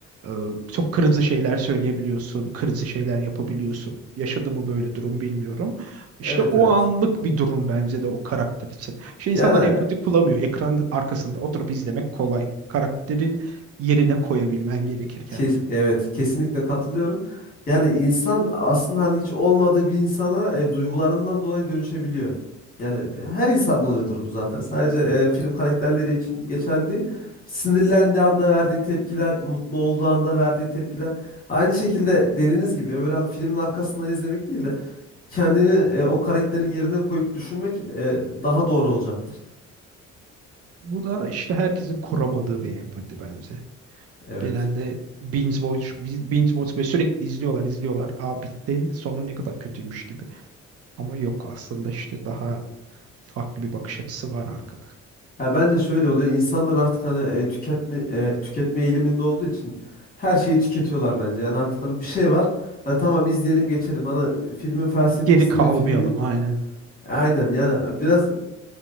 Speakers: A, on the right (about 50°); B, on the left (about 30°).
A: Ee, çok kırıcı şeyler söyleyebiliyorsun, kırıcı şeyler yapabiliyorsun. Yaşadı mı böyle durum bilmiyorum. İşte
B: Evet
A: o
B: evet.
A: anlık bir durum bence de o karakter için. Şey
B: Yani
A: insanlar empati kuramıyor. Ekran arkasında oturup izlemek kolay. Karakterin yerine koyabilmen gerekir kendini.
B: Kes- evet kesinlikle katılıyorum. Yani insan aslında hani hiç olmadığı bir insana e, duygularından dolayı dönüşebiliyor. Yani b- her insanda oluyordur bu zaten. Sadece e, film karakterleri için geçerli değil. Sinirlendiği anda verdiği tepkiler, mutlu olduğu anda verdiği tepkiler. Aynı şekilde dediğiniz gibi böyle hani filmin arkasından izlemek değil de kendini e, o karakterin yerine koyup düşünmek e, daha doğru olacaktır.
A: Bu da işte herkesin kuramadığı bir empati bence.
B: Evet.
A: Genelde binge watch, binge watch ve sürekli izliyorlar, izliyorlar. Aa bitti. Sonu ne kadar kötüymüş gibi. Ama yok aslında işte daha farklı bir bakış açısı var arkada.
B: Ya bence şöyle oluyor. İnsanlar artık hani e, tüketme e, tüketme eğiliminde olduğu için her şeyi tüketiyorlar bence. Yani artık hani bir şey var. Hani tamam izleyelim geçelim. Hani filmin felsefesini,
A: Geri kalmayalım
B: filmin
A: aynen.
B: aynen yani biraz